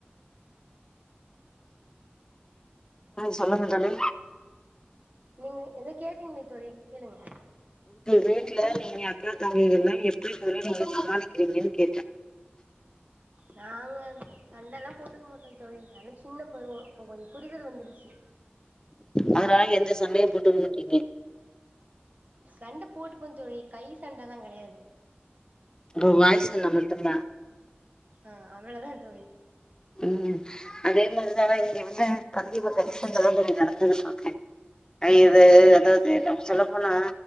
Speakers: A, on the left; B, on the right.
A: சொல்லுங்க தோழி
B: நீங்க ஏதோ கேட்டீங்களே தோழி கேளுங்க
A: வீட்ல ‌நீங்க அக்கா தங்கைகள் எல்லா எப்டி ‌சொல்லி நீங்க சமாளிக்கிறீங்கன்னு கேட்ட
B: நாங்க ‌சண்டல்லா போட்டுக்க மாட்டோ தோழி அதல்லா சின்ன பருவ இப்போ கொஞ்ச புரிதல் வந்துருச்சி
A: அதனால எந்த சண்டயு போட்டுக்க மாட்டீங்க
B: சண்ட போட்டுப்போ தோழி கை சண்டல்லா கெடையாது
A: உங்க வாய் சண்ட மட்டுந்தா
B: ஆ அவ்ளோ தா தோழி
A: ம் அதே மாரிதா இங்க வந்து தம்பி கொஞ்சோ ஹெல்ப் பன்லானு நடந்துட்டு இருக்கு ஐ இது அதாது நம்ம சொல்ல போனா